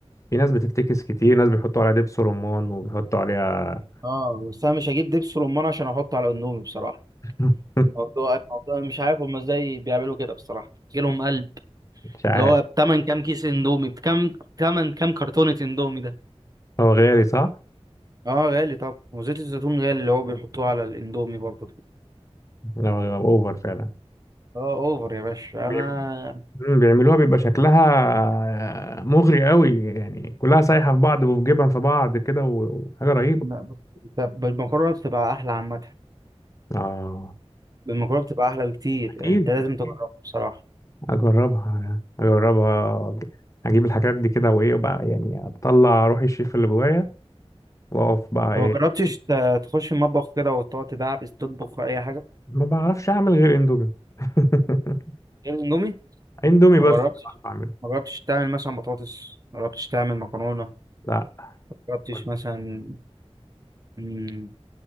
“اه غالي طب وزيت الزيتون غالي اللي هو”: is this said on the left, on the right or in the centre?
Right